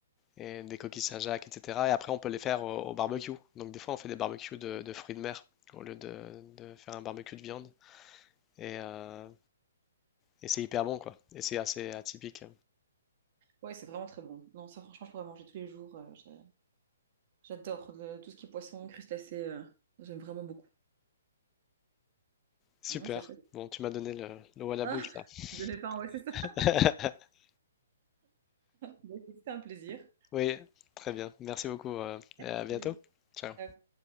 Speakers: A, on the left; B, on the right.
A: et des coquilles Saint-Jacques, etc. Et après on peut les faire au, au barbecue. Donc des fois on fait des barbecues de, de fruits de mer au lieu de, de faire un barbecue de viande. Et, euh, et c'est hyper bon, quoi. Et c'est assez atypique.
B: Ouais, c'est vraiment très bon. Non, ça, franchement, je pourrais manger tous les jours. euh, j'a- j'adore le- tout ce qui est poisson, crustacés. euh, j'aime vraiment beaucoup.
A: Super.
B: Ouais, c'est chouette.
A: Bon, tu m'as donné le- l'eau à la
B: Ah,
A: bouche,
B: <laughs>
A: là.
B: je devais pas, ouais, c'est ça.
A: <laughs>
B: <laughs> Bah, écoute, C'était un plaisir.
A: Oui, très bien. Merci beaucoup. euh, et
B: Merci.
A: à bientôt. Ciao.
B: Ciao.